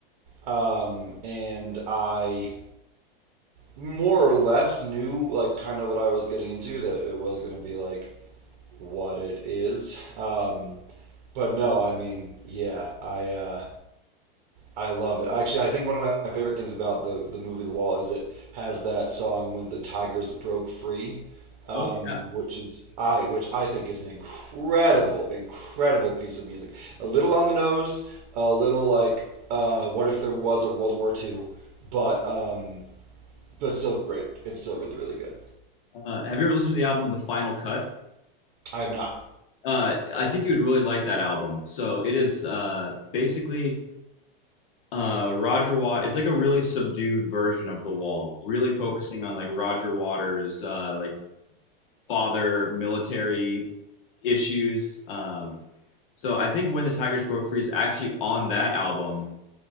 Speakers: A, on the right; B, on the left.
A: um, and I more or less knew like kind of what I was getting into that it was going to be like what it is. Um, but no, I mean, yeah, I uh, I love it. Actually, I think one of my favorite things about the the movie The Wall is it has that song when the tigers broke free, um,
B: Oh yeah.
A: which is I which I think is an incredible, incredible piece of music. A little on the nose, a little like uh, what if there was a World War II, but um, but still great. It's still really really good.
B: Uh, have you ever listened to the album The Final Cut?
A: I have not.
B: Uh, I think you would really like that album. So it is uh, basically uh, Roger Watt. It's like a really subdued version of The Wall, really focusing on like Roger Waters' uh, like father military issues. Um, so I think when the Tigers broke free is actually on that album,